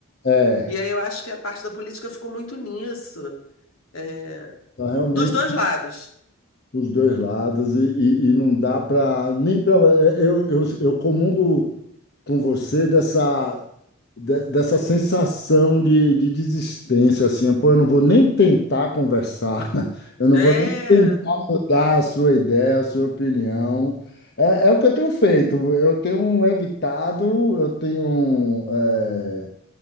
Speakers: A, on the left; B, on the left.
A: é,
B: E aí eu acho que a parte da política ficou muito nisso. É,
A: tá realmente.
B: Dos dois lados.
A: os dois lados e, e- e não dá para nem para eu, eu, eu comungo com você dessa de- dessa sensação de, de desistência assim pô eu não vou nem tentar conversar <laughs> eu não
B: É,
A: vou nem tentar mudar a sua ideia a sua opinião é, é o que eu tenho feito eu tenho evitado eu tenho é,